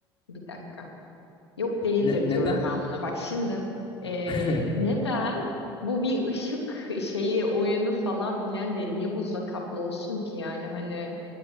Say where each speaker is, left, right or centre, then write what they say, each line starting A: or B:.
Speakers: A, on the left; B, on the left.
A: bir dakika. Yok değildir
B: Ne, neden?
A: diyorum ben buna. Bak şimdi eee,
B: <laughs>
A: neden bu bir ışık şeyi oyunu falan filan diye niye buzla kaplı olsun ki? Yani hani